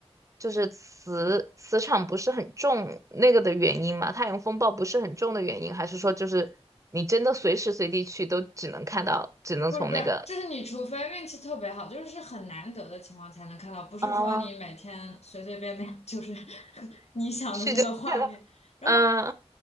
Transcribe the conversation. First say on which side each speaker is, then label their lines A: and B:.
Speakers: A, on the right; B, on the left.
A: 就是磁磁场不是很重那个的原因嘛，太阳风暴不是很重的原因，还是说就是你真的随时随地去都只能看到，只能从那个。
B: 不是不是，就是你除非运气特别好，就是是很难得的情况才能看到，不是说你每天随随便便就是
A: 哦，
B: <laughs> 你想的那个画面。
A: 去就快乐。<laughs>
B: 然后，
A: 嗯